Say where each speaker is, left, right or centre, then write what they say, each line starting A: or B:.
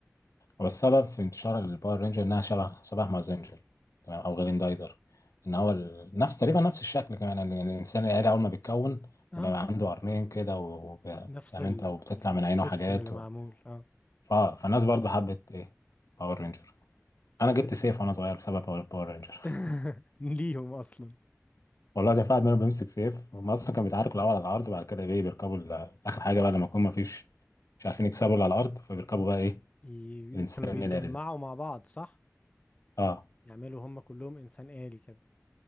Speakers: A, on the left; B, on the left.
A: هو السبب في انتشار الباور رينجر انها شبه شبه مازنجر تمام او غريندايزر ان هو ال- نفس تقريبا نفس الشكل كمان يعني الانسان الالي اول ما بيتكون
B: اه
A: بيبقى عنده قرنين كده و- وب-
B: نفس
A: فاهم
B: ال-
A: انت وبتطلع
B: السيستم
A: من عينه حاجات
B: اللي معمول
A: و...
B: اه
A: ف... فالناس برضو حبت ايه باور رينجر انا جبت
B: ب-
A: سيف وانا صغير بسبب باور باور رينجر
B: <laughs> ليهم اصلا
A: <laughs> والله كان في واحد منهم بيمسك سيف هم اصلا كانوا بيتعاركوا الاول على الارض وبعد كده ايه بيركبوا ال- اخر حاجه بقى لما يكون ما فيش مش عارفين يكسبوا اللي على الارض فبيركبوا بقى ايه
B: ي-
A: الانسان
B: كانوا بيتجمعوا
A: الالي ده
B: مع بعض صح
A: اه
B: يعملوا هم كلهم انسان آلي كده